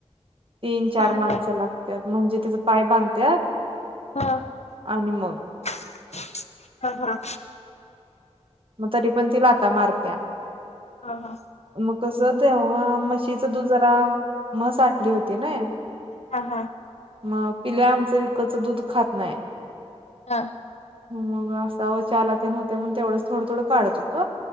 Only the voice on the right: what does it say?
तीन चार
माणसं लागत म्हणजे त्याचा पाय बांधतात
ह निम मग
मग तरी पण ती लाता मारक्या
मग कस तेव्हा मशीचा दु जरा म सा आटली होती ना
मग पिले आमचं विकच दूध खात नाही
मग असा व चला तेन होते म्हण तेवढंच थोडं थोडं काढत होत